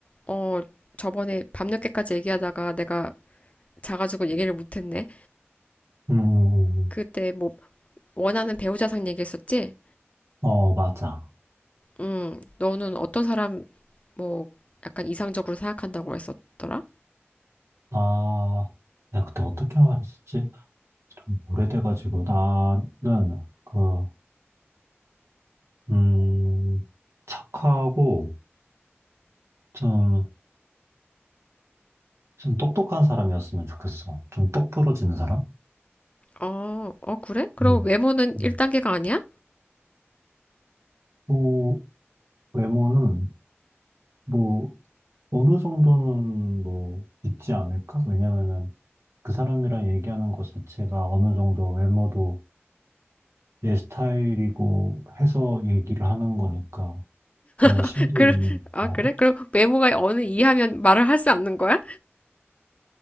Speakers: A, on the left; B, on the right.
A: 어, 저번에 밤늦게까지 얘기하다가 내가 자가지고 얘기를 못했네.
B: 음, 음, 음.
A: 그때 뭐 원하는 배우자상 얘기했었지?
B: 어, 맞아.
A: 응, 너는 어떤 사람 뭐 약간 이상적으로 생각한다고 했었더라?
B: 아, 야, 그때 어떻게 말했었지? 좀 오래돼가지고, 나는, 그, 음, 착하고, 좀, 좀 똑똑한 사람이었으면 좋겠어. 좀 똑부러지는 사람?
A: 어, 어, 그래? 그럼
B: 음.
A: 외모는
B: 음.
A: 1단계가 아니야?
B: 또, 외모는, 뭐, 어느 정도는, 뭐, 있지 않을까? 왜냐면은, 그 사람이랑 얘기하는 것 자체가 어느 정도 외모도 내 스타일이고 해서 얘기를 하는 거니까. 그런
A: <laughs>
B: 심도
A: 그,
B: 있는
A: 아,
B: 말을?
A: 그래? 그럼 외모가 어느 이하면 말을 할 수 없는 거야?